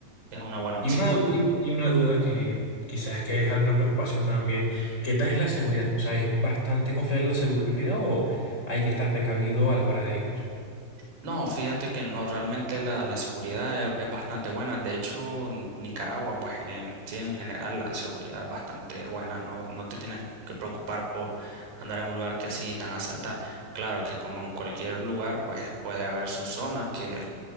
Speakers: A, on the right; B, on the left.
A: Es una buena
B: Y
A: opción.
B: una, du- y, y una duda que quizás que es alguna preocupación también. ¿Qué tal es la seguridad? O sea, ¿es bastante confiable la seguridad o hay que estar precavido a la hora de ir?
A: No, fíjate que no, realmente la, la seguridad es, es bastante buena. De hecho, N- Nicaragua, pues en sí, en general, la seguridad es bastante buena. No, no te tienes que preocupar por andar en un lugar que sí te van a asaltar. Claro que como en cualquier lugar, pues puede haber su zona que